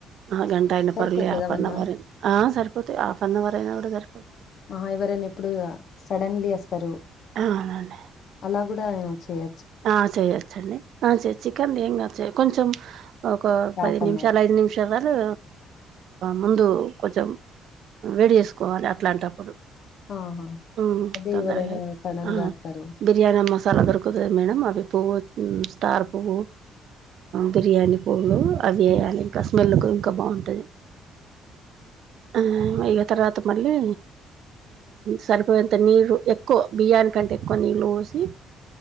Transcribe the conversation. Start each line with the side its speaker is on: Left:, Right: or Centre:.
Right: ఆ గం టైనా
Left: సరిపోతుందా
Right: పర్లే ఆఫ
Left: వన్
Right: నవర్
Left: అవర్
Right: ఆ సరిపోతాయి ఆఫన్నవరైనా కూడా సరిపోతా
Left: ఆ ఎవరైనా ఇప్పుడు ఆ సడన్లీ వస్తారు
Right: అవునండి
Left: అలా కూడా ఏ చేయ
Right: ఆ చెయొచ్చండి ఆ చేయ చికెన్ ఏం కా చెయ కొంచెం ఒక
Left: హాఫ్
Right: పది
Left: అన్
Right: నిమిషాలు
Left: అవర్
Right: ఐదు నిమిషాల ముందు కొంచెం వేడి చేసుకోవాలి అట్లాంటప్పుడు
Left: ఆహా
Right: హ్మ్
Left: అదే
Right: తొందరగా
Left: ఎవరైనా సడన్
Right: ఆ
Left: గా వస్తారు
Right: బిర్యానీ మసాలా దొరకుతది మేడం అవి పువ్వు స్టార్ పువ్వు బిర్యానీ పువ్వులు అవి వేయాలి ఇంకా స్మెల్ కు ఇంకా బాగుంటది ఆ ఇగ తర్వాత మళ్ళీ సరిపోయేంత నీరు ఎక్కువ బియ్యానికంటే ఎక్కువ నీళ్ళు పోసి